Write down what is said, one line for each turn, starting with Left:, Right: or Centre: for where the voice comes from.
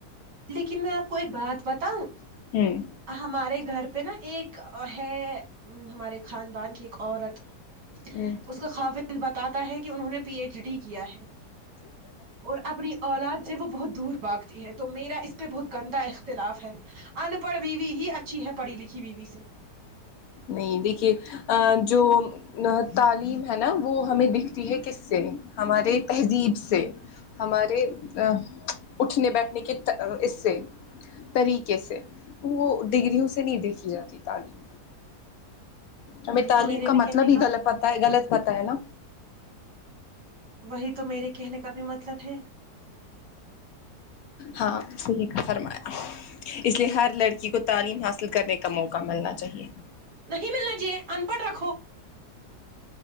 Right: لیکن میں آپ کو ایک بات بتاؤں
Left: ہے ہوں
Right: ہمارے گھر پہ نا ایک ا ہے ہمارے خاندان کی ایک عورت
Left: ہوں
Right: اس کا خاون بتاتا ہے کہ انہوں نے پی ایچ ڈی کیا ہے اور اپنی اولاد سے وہ بہت دور بھاگ تی ہے تو میرا اس پہ بہت گندا اختلاف ہے ان پڑھ بیوی ہی اچھی ہے پڑھی لکھی بیوی سے
Left: نہیں دیکھیے آں جو تعلیم ہے نا وہ ہمیں دکھتی ہے کس سے ہمارے تہذیب سے ہمارے ا اٹھنے بیٹھنے کے اس سے طریقے سے وہ ڈگریوں سے نہیں دیکھی جاتی تعلیم ہمیں
Right: وہی
Left: تعلیم
Right: تو میرے
Left: کا
Right: بھی
Left: مطلب
Right: کہنے
Left: ہی غلط پتا ہے غلط پتا ہے نا
Right: وہی تو میرے کہنے کا بھی مطلب ہے
Left: ہاں صحیح کہا فرمایا اس لیے ہر لڑکی کو تعلیم حاصل کرنے کا موقع ملنا چاہیے
Right: نہیں ملنا چاہے ان پڑھ رکھو